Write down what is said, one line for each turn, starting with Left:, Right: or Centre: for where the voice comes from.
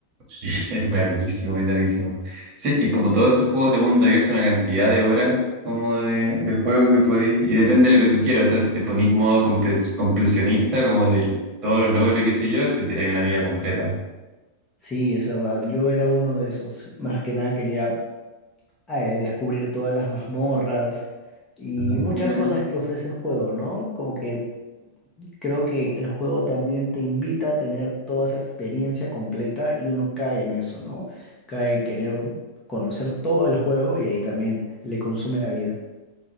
Right: Sí, <laughs> es larguísimo, es larguísimo. Sí, es que como todos estos juegos de mundo abierto, una cantidad de horas como de, de juego que podéis. Y depende de lo que tú quieras. O sea, si te ponís modo comple- completionista, como de todos los logros y qué sé yo, te tiráis una vida completa.
Left: Sí, es verdad. Yo era uno de esos. Más que nada quería eh, descubrir todas las mazmorras y
Right: Ah,
Left: muchas
Right: Mira.
Left: cosas que ofrece el juego, ¿no? Como que creo que el juego también te invita a tener toda esa experiencia completa y uno cae en eso, ¿no? Cae en querer conocer todo el juego y ahí también le consume la vida.